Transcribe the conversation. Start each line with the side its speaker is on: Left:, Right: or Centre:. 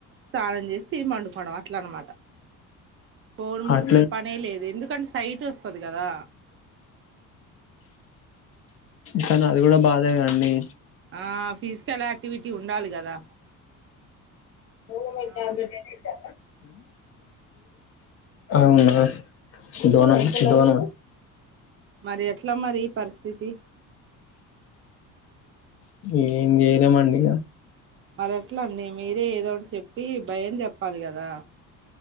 Right: స్నానం చేసి, తిని పండుకోవడం అట్ల అనమాట. పోన్ ముట్టుకునే
Left: అట్లే
Right: పనే లేదు ఎందుకంటే సైట్ వస్తది కదా
Left: కానీ అది కూడా బాధే కదా అండి
Right: ఆ ఫిజికల్ యాక్టివిటీ ఉండాలి కదా
Left: ఓ పెట్టి
Right: ఆ
Left: అంలేట్ ఏసేస్తా ఉ అవునా ఇంతవనం ఇంతవనం
Right: మరి ఎట్లా మరి ఈ పరిస్థితి
Left: ఏం చేయలేమండి
Right: మరెట్లాండి మీరే ఏదోటి చెప్పి భయం చెప్పాలి కదా